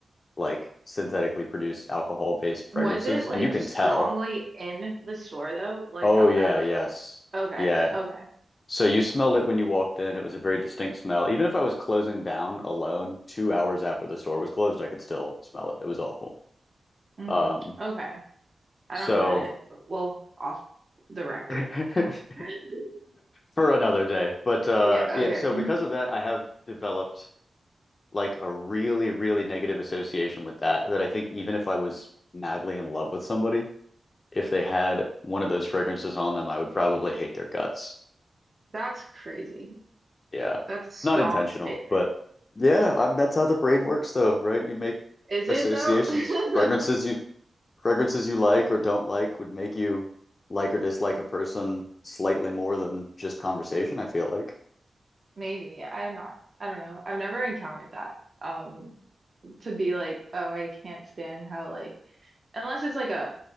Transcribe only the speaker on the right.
Was it like
strongly
in the store though? Like
how
Abercrombie.
Okay.
Okay.
hmm
Okay. I
don't know what it is, but we'll off the record
talk. <laughs>
Yeah, okay.
That's crazy.
That's strong
statement.
Is
it though? <laughs> Like,
maybe. I'm not. I don't know. I've never encountered that. Um, to be like, oh, I can't stand how like unless it's like a